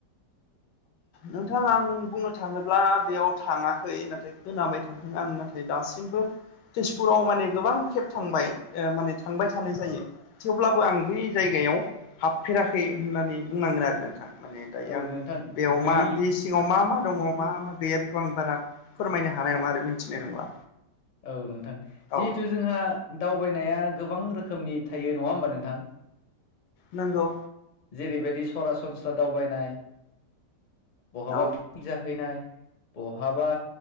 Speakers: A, on the left; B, on the left.
A: नोंथां आं बुंनो थाङोब्ला बेयाव थाङाखै नाथाय खोनाबाय थादों आं नाथाय दासिमबो तेजपुराव माने गोबां खेब थांबाय माने थांबाय थानाय जायो थेवब्लाबो आं बै जायगायाव याव हाबफेराखै होननानै बुंनांगोन आरो नोंथां नोंथा माने दायो
B: औ
A: आं
B: नोंथां
A: बेयाव
B: बै
A: मा बे सिंङाव मा मा दंङ मा मा गै गैया बेखौ आं बारा फोरमायनो हानाय नङा आरो मिथिनाय नंला
B: औ नोंथां जिहेथु
A: औ
B: जोंहा दावबायनाया गोबां रोखोमनि थायो नंङा होनबा नोंथां
A: नंगौ
B: जैरैबादि सरासनस्रा दावबायनाय बहाबा
A: औ
B: पिकनिक जाहैनाय बहाबा